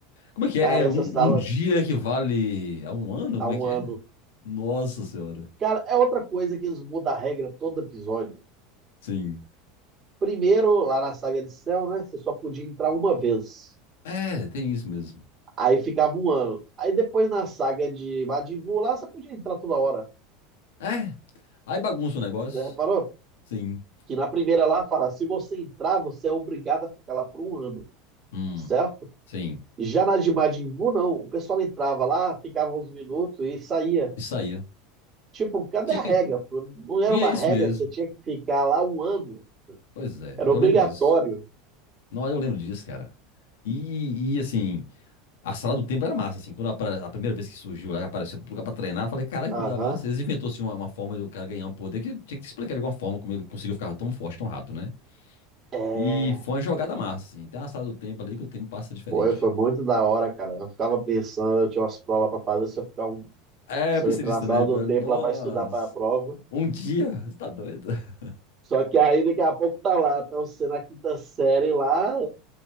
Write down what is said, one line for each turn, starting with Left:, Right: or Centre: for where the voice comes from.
Left: Como é que é?
Right: Cara,
Left: É
Right: essa
Left: um,
Right: sala
Left: um dia que vale a um ano?
Right: há
Left: Como
Right: um
Left: é que
Right: ano.
Left: é? Nossa senhora.
Right: Cara, é outra coisa que eles mudam a regra todo episódio.
Left: Sim.
Right: Primeiro, lá na saga de Cell, né? Você só podia entrar uma vez.
Left: É, tem isso mesmo.
Right: Aí ficava um ano. Aí depois na saga de Majin Buu, lá você podia entrar toda hora.
Left: É. Aí bagunça o negócio.
Right: Você reparou?
Left: Sim.
Right: Que na primeira lá fala, se você entrar, você é obrigado a ficar lá por um ano,
Left: Hum.
Right: certo?
Left: Sim.
Right: Já na de Majin Buu, não. O pessoal entrava lá, ficava uns minutos e saía.
Left: E saía.
Right: Tipo, cadê
Left: Tinha,
Right: a regra? pô? Não era
Left: tinha
Right: uma
Left: isso
Right: regra
Left: mesmo.
Right: que você tinha que ficar lá um ano.
Left: Pois é,
Right: Era
Left: eu
Right: obrigatório.
Left: lembro disso. Não, eu lembro disso, cara. E, e assim, A sala do templo era massa, assim. Quando a, a primeira vez que surgiu lá, apareceu pro lugar pra treinar, eu falei, caralho,
Right: Aham.
Left: que lugar massa. Eles inventou, assim, uma, uma forma do cara ganhar um poder que tinha que te explicar de alguma forma como ele conseguiu ficar tão forte, tão rápido, né?
Right: É.
Left: E foi uma jogada massa, assim. Tem uma sala do templo ali que o tempo passa diferente.
Right: Foi, foi muito da hora, cara. Eu ficava pensando, eu tinha umas provas pra fazer, se eu ficar um,
Left: É,
Right: se
Left: eu pensei
Right: eu entrar
Left: nisso
Right: na
Left: também.
Right: sala
Left: eu
Right: do
Left: Falei,
Right: tempo
Left: nossa,
Right: lá pra estudar pra prova.
Left: um dia, você tá doido? <laughs>
Right: Só que aí daqui a pouco tá lá, tá você na quinta série lá